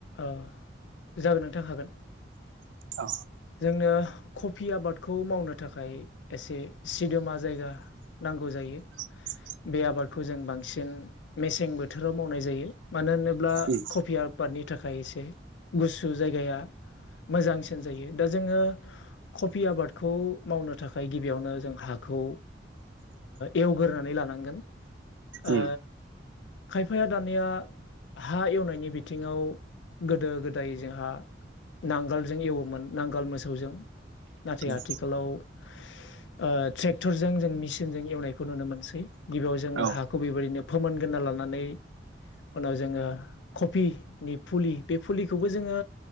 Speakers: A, on the left; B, on the right.
A: औ जागोन नोंथां हागोन
B: औ
A: जोंनो कफि आबादखौ मावनो थाखाय एसे सिदोमा जायगा नांगौ जायो।
B: <inaudible>
A: बे आबादखौ जों बांसिन मेसें बोथोराव मावनाय जायो मानो होनोब्ला
B: उम
A: कबि आबादनि थाखाय एसे गुसु जायगाया। मोजांसिन जायो दा जोङो कफि आबादखौ मावनो थाखाय गिबियावनो जों हाग हाखौ ओ एवगोरानै लानांगोन। ओ
B: उम
A: खायफाया दानिया हा एवनायनि बिथिङाव गोदो गोदाय जोंहा नांगोलजों एवोमोन नांगोल मोसौजों नाथाय
B: उम
A: आथिखालाव ओ ट्रेक्टरजों जों मिेसिनजों एवनायखौ नुनो मोनसै गिबियाव जोङो
B: औ
A: हाखौ बेबायदिनो। फोमोनगोना लानानै उनाव जोङो कफिनि फुलि बे फुलिखौबो जोङो